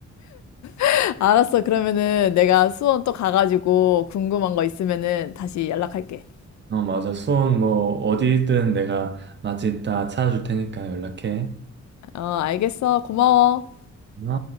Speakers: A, on the left; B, on the right.
A: <laughs> 알았어 그러면은 내가 수원 또 가가지고 궁금한 거 있으면은 다시 연락할게.
B: 어, 맞아. 수원 뭐 어디든 내가 맛있다 찾아줄 테니까 연락해.
A: 어 알겠어 고마워.
B: 어?